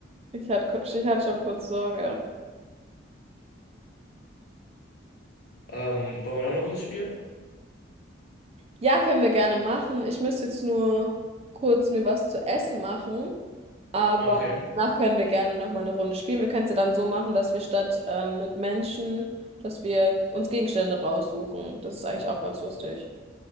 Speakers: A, on the right; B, on the left.
A: Ich hatte, ich hatte schon kurz Sorge.
B: Ähm, wollen wir noch eine Runde spielen?
A: Ja, können wir gerne machen. Ich müsste jetzt nur kurz mir was zu essen machen, aber
B: Okay.
A: danach können wir gerne nochmal eine Runde spielen. Wir können es ja dann so machen, dass wir statt ähm, mit Menschen, dass wir uns Gegenstände raussuchen. Das ist eigentlich auch ganz lustig.